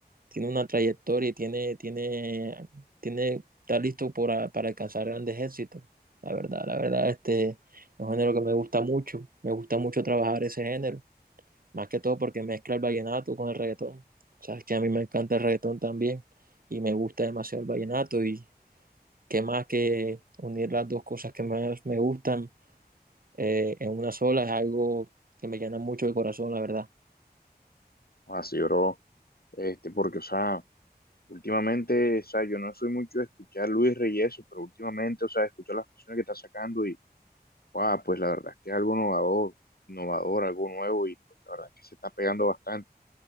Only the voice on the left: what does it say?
Así lloró, este, porque, o sea, últimamente, o sea, yo no soy mucho de escuchar Luis Reyes, pero últimamente, o sea, escucho las canciones que está sacando y, wow, pues la verdad es que es algo innovador, innovador, algo nuevo y pues la verdad es que se está pegando bastante.